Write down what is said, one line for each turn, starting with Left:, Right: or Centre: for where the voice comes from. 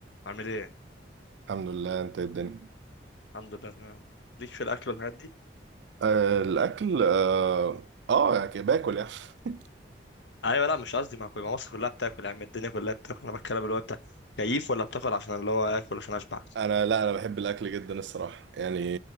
Left: عامل ايه
Right: الحمد لله انت إيه الدنيا
Left: الحمد لله تمام ليك في الاكل والحاجات دي
Right: آه الاكل اه, آه يعني كده باكل يعني <laughs>
Left: ايوه لا مش قصدي ما كل ما مصر كلها بتاكل يا عم الدنيا كلها بتاكل انا بتكلم اللي هو انت كيف ولا بتاكل عشان اللي هو اكل عشان اشبع
Right: انا لا انا بحب الاكل جدا الصراحه يعني